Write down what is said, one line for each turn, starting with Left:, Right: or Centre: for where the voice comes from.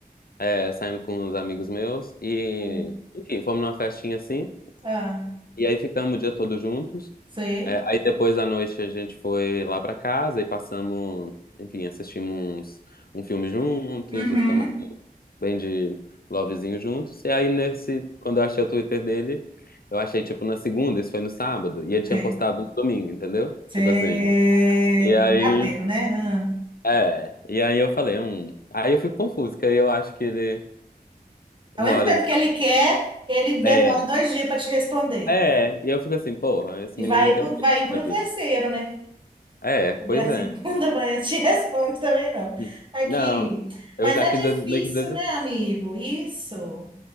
Left: É, saímos com uns amigos meus e,
Right: hum,
Left: enfim, fomos numa festinha assim.
Right: ah,
Left: E aí ficamos o dia todo juntos.
Right: sei.
Left: É, aí depois da noite a gente foi lá pra casa e passamos, enfim, assistimos um filme juntos
Right: Uhum.
Left: e ficamos assim, bem de lovezinho juntos. E aí nesse, quando eu achei o Twitter dele, eu achei tipo na segunda, isso foi no sábado, e ele tinha
Right: Sei.
Left: postado no domingo, entendeu?
Right: Sei.
Left: Tipo assim. E aí,
Right: Ateu, né? Ah.
Left: é, e aí eu falei, hum. Aí eu fico confuso, que aí eu acho que ele, uma
Right: Ao mesmo
Left: hora
Right: tempo
Left: ele tá.
Right: que ele quer, ele demora
Left: É,
Right: dois dias para te responder.
Left: É, e eu fico assim, porra, esse
Right: E
Left: menino
Right: vai,
Left: quer
Right: pro-
Left: o quê
Right: vai indo para
Left: da vida?
Right: o terceiro, né?
Left: É, pois
Right: E a
Left: é.
Right: <laughs> segunda manhã te <laughs> responde também não.
Left: Hum.
Right: Aqui.
Left: Não, eu
Right: Mas
Left: já
Right: é
Left: que
Right: difícil,
Left: des- meio que desisti.
Right: né, amigo? Isso.